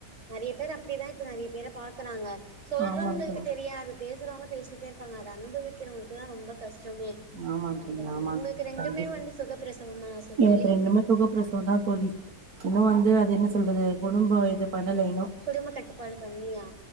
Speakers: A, on the right; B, on the right.
A: நறிய பேர் அப்படிதா இப்ப நறிய பேர பாக்குறாங்க சொல்றவங்களுக்கு
B: ஆமா தோழி
A: தெரியாது பேசுறவங்க பேசிக்கிட்டே இருப்பாங்க அத அனுபவிக்கிறவங்களுக்குதா ரொம்ப கஷ்டமே
B: ஆமா தோழி
A: அந்த வலி
B: ஆமா
A: உங்களுக்கு
B: தோழி
A: ரெண்டுமே
B: கண்டிப்பா
A: வந்து சுகப்பிரசவமா சு
B: எனக்கு
A: தோழி
B: ரெண்டுமே சுகப்பிரசவந்தா தோழி இன்னு
A: ம்
B: வந்து அது என்ன சொல்றது குடும்ப இது பண்ணல இன்னு
A: குடும்ப கட்டுப்பாடு பண்ணியா